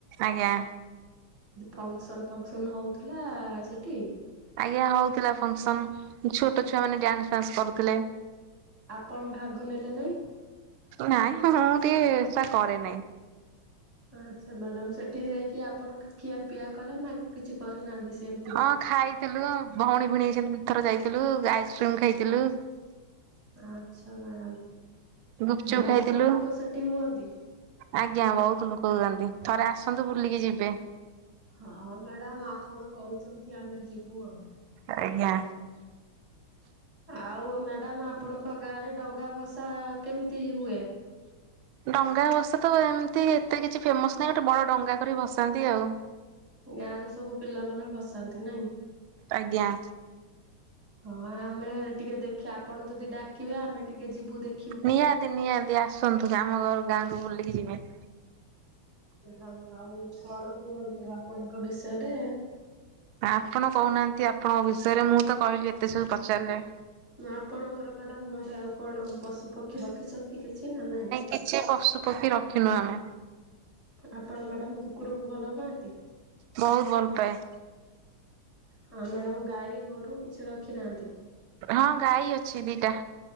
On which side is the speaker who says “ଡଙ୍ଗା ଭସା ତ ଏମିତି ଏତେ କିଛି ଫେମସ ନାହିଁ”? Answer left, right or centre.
Right